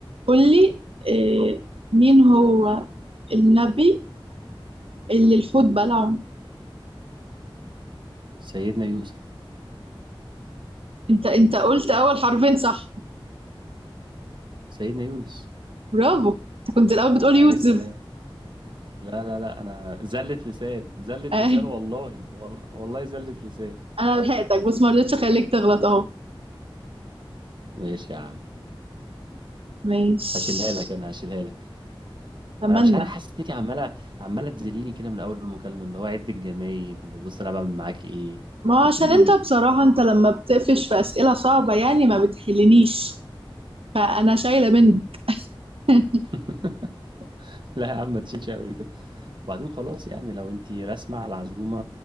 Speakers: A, on the right; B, on the right.
A: قول لي آه مين هو النبي اللي الحوت بلعه
B: سيدنا يوسف
A: انت انت قلت اول حرفين صح
B: سيدنا يونس
A: برافو انت كنت الاول بتقول
B: عليه
A: يوسف
B: السلام لا لا لا انا زلت لسان
A: <laughs>
B: زلت
A: آه
B: لسان والله وال- والله زلت لسان
A: انا لحقتك بس ما رضيتش اخليك تغلط اهو
B: ماشي يا عم
A: ماشي
B: هشيلها لك انا هشيلها لك
A: اتمنى
B: انا مش عارف حاسس ان انت عماله عماله تذليني كده من اول المكالمه اللي هو عد الجمايل بص انا بعمل معاك ايه
A: ما
B: وفي
A: هو عشان
B: ايه
A: انت بصراحة انت لما بتقفش في أسئلة صعبة يعني ما بتحلنيش فأنا شايلة منك <laughs>
B: <laughs> لا يا عم ما تشيلش قوي كده وبعدين خلاص يعني لو انت راسمة على العزومة